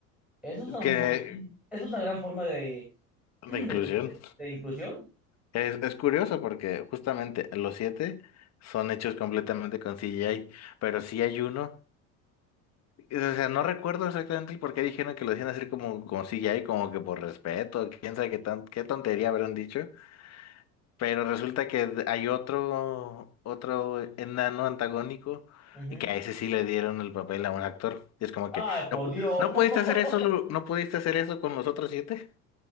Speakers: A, in the centre; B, on the left.
A: Eso es una
B: que
A: muy, eso es una gran forma de <clears throat> de,
B: de inclusión.
A: cosas- de inclusión.
B: Es, es curioso porque justamente los siete son hechos completamente con CGI, pero sí hay uno. O sea, no recuerdo exactamente el por qué dijeron que lo hacían así como, como si ya y como que por respeto, quién sabe qué tan, qué tontería habrán dicho. Pero resulta que d- hay otro, otro enano antagónico
A: Ujú.
B: y que a ese sí le dieron el papel a un actor. Y es como
A: Ay,
B: que,
A: por
B: no, pu-
A: Dios.
B: no
A: <laughs>
B: pudiste hacer eso, Lu- no pudiste hacer eso con los otros siete.